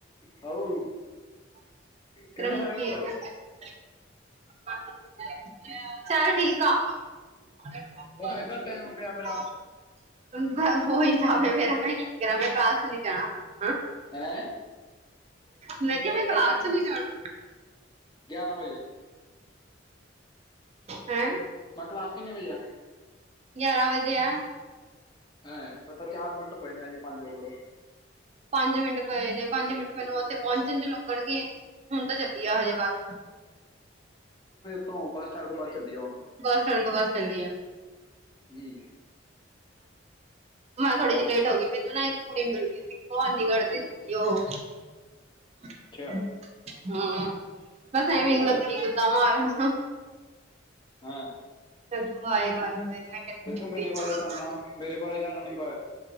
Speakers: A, on the left; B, on the right.
A: ਹਾਉ
B: <inaudible>
A: ਕਿਵੇਂ ਆਇਆ ਭਰਾ ਉਹ ਇਦਾਂ ਟਾਈਮ ਪਿਆ ਮੇਰਾ
B: ਹਾਂ
A: ਹੈਂ ਹੈ?
B: ਮੈਂ
A: ਕਿੰਨੇ
B: ਕਿਹਾ ਮੈਂ
A: ਵਜੇ ਆ ਕਲਾਸ
B: ਚ ਨੀ ਜਾਣਾ
A: ਗਿਆਰਾਂ ਵਜੇ
B: ਹੈਂ?
A: ਮੈਂ ਕਲਾਸ ਕਿੰਨੇ ਵਜੇ ਆ?
B: ਗਿਆਰਾਂ ਵਜੇ ਆ
A: ਹਂ, ਫ ਤਾਂ ਚਾਰ ਮਿੰਟ ਪਏ ਨੇ ਅਜੇ ਪੰਜ ਹੋਰ
B: ਪੰਜ ਮਿੰਟ ਪਏ ਨੇ। ਪੰਜ ਮਿੰਟ ਮੈਨੂੰ ਓਥੇ ਪਹੁੰਚਣ ਚ ਲੱਗਣਗੇ। ਹੁਣ ਤਾਂ ਚੱਲੀ ਆ ਹਜੇ, ਬਸ
A: ਤੋਂ ਬਸ ਸਟੈਂਡ ਤੋਂ, ਬਸ ਚੱਲੀਅ ਹੁਨ
B: ਬੱਸ ਸਟੈਂਡ ਤੋਂ ਬਸ ਚਲੀਆਾਂ
A: ਹਮ
B: ਮੈਂ ਥੋੜੀ
A: ਆਹੋ
B: ਜੀ ਲੇਟ ਹੋ ਗੀ। ਮੈਨੂੰ ਨਾ ਇੱਕ ਕੁੜੀ ਮਿਲ ਗੀ ਸੀ, ਭਵਾਨੀਗੜ੍ਹ ਦੀ ਸੀਗੀ। ਉਹ, ਹਮ,
A: ਅੱਛਾ
B: ਬਸ
A: ਕੀ
B: ਐਵੇਂ
A: ਕਹਿੰਦੇ
B: ਲੱਗੀ ਗੱਲਾ ਮਾਰਨ
A: ਹਾਂ
B: ਚਲੋ ਆਏ ਵਾਏ ਵਾਏ ਮੈਂ ਕਿਹਾ
A: ਫਿਰ ਤੂੰ ਮੇਰੇ ਬਾਰੇ ਜਾਣਨਾ, ਮੇਰੇ ਬਾਰੇ ਜਾਣਣੇ <inaudible>